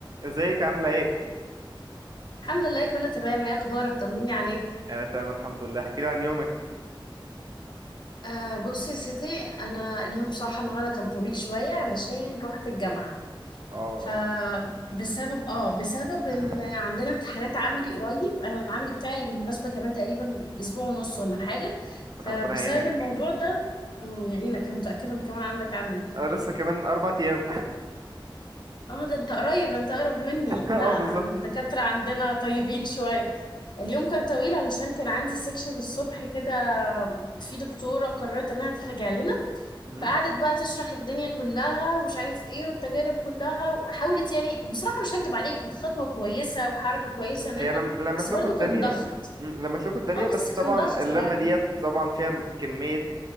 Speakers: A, on the right; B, on the left.
A: ازيك عاملة ايه؟
B: الحمد لله كله تمام ايه اخبارك طمني عليك
A: انا تمام الحمد لله احكي لي عن يومك
B: آه بصي يا سيدي انا اليوم بصراحه النهارده كان طويل شويه علشان رحت
A: مم.
B: الجامعه
A: اه
B: فبسبب اه بسبب ان
A: <laughs>
B: عندنا امتحانات عملي قريب انا العملي بتاعي بالمناسبه كمان تقريبا اسبوع ونص ولا حاجه فبسبب
A: ربنا يعينك
B: الموضوع ده ويعينك انا متاكده ان كمان عندك عملي
A: انا لسه كمان اربع ايام
B: اه ده انت قريب ده انت قرب مني
A: <laughs> اه
B: لا انا
A: بالظبط
B: انا الدكاترة عندنا طيبين شوية اليوم كان طويل علشان كان عندي سيكشن الصبح كده في دكتورة قررت انها ترجع لنا
A: مم.
B: فقعدت بقى تشرح الدنيا كلها ومش عارف ايه والتجارب كلها وحاولت يعني بصراحة مش هكدب عليك كانت خطوة كويسة وحركة كويسة منها
A: هي لم... لمت
B: بس
A: لكم
B: برضو
A: الدنيا
B: كان ضغط
A: مم، لمت لكم الدنيا
B: اه
A: بس
B: بس
A: طبعا
B: كان ضغط
A: اللمة
B: يعني
A: ديت طبعا فيها م- كمية